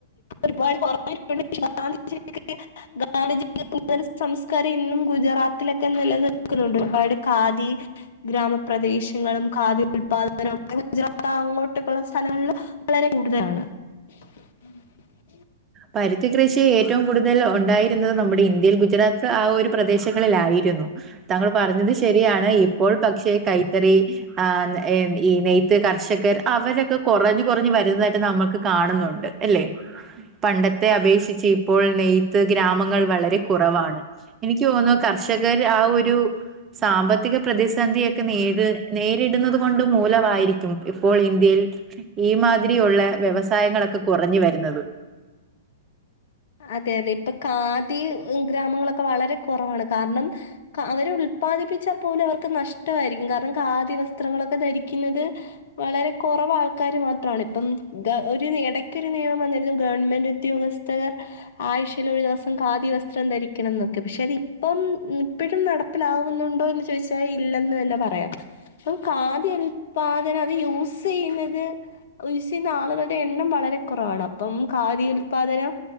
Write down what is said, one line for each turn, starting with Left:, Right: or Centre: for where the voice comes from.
Left: ഒരുപാട്ഞ്ഞട്ടണ്ട് ഗാന്ധിജ ഗാന്ധിജിയ സംസ്കാരം ഇന്നും ഗുജറാത്തിലൊക്കെ നിലനിൽക്കുന്നുണ്ട് ഒരുപാട് കാദി ഗ്രാമപ്രദേശങ്ങളും കാദി ഉല്പാദന ഗുജറാ അങ്ങോട്ടക്കുള്ള സ്ഥലങ്ങളിൽ വളരെ കൂടുതലാണ് <unintelligible> <unintelligible>
Right: പരുത്തി കൃഷി ഏറ്റവും കൂടുതൽ ഉണ്ടായിരുന്നത് നമ്മുടെ ഇന്ത്യയിൽ ഗുജറാത്ത് ആ ഒരു പ്രദേശങ്ങളിലായി രുന്നു താങ്കൾ പറഞ്ഞത് ശരിയാണ് ഇപ്പോൾ പക്ഷേ കൈത്തറി ആ ഈ നെയ്ത്ത കർഷകർ അവരൊക്കെ കുറഞ്ഞ് കുറഞ്ഞ് വരുന്നതായിട്ട് നമ്മൾക്ക് കാണുന്നുണ്ട് അല്ലെ പണ്ടത്തെ അപേക്ഷിച്ച് ഇപ്പോൾ നെയ്ത്ത് ഗ്രാമങ്ങൾ വളരെ കുറവാണ് എനിക്ക് തോന്നുന്നു കർഷകർ ആ ഒരു സാമ്പത്തിക പ്രതിസന്ധിയൊക്കെ നേരി നേരിടുന്നത് കൊണ്ട് മൂലമായിരിക്കും ഇപ്പോൾ ഇന്ത്യയിൽ ഈ മാതിരി ഉള്ള വ്യവസായങ്ങളൊക്കെ കുറഞ്ഞു വരുന്നത്
Left: അതെ അതെ ഇപ്പൊ കാദി ഗ്രാമങ്ങളൊക്കെ വളരെ കുറവാണ് കാരണം അവരെ ഉല്പാദിപ്പിച്ചാൽ പോലെ അവർക്ക് നഷ്ടമായിരിക്കും കാരണം കാദി വസ്ത്രങ്ങളൊക്കെ ധരിക്കും ക്കുന്നത് വളരെ കുറവ് ആൾക്കാർ മാത്രമാണ് ഇപ്പം ഇടയ്ക്ക ഒരു നിയമം വിരുന്നു ഗവൺമെന്റ് ഉദ്യോഗസ്ഥർ ആഴ്ചൽ ഒരു ദിവസം ഖാദി വസ്ത്രം ധരിക്കണം എന്നൊക്കെ പക്ഷെ അത് ഇപ്പം ഇപ്പഴും നടപ്പില ണ്ടോന്ന് ചോയിച്ചാൽ ഇല്ല തന്നെ പറയാം ഖാദി ഉത്പാദനം അത് യൂസ് ചെയുന്നത് യൂസ് ചെയ്യുന്ന ആളുകളുടെ എണ്ണം വളരെ കുറവാണ് അപ്പം ഖാദി ഉൽപാദനം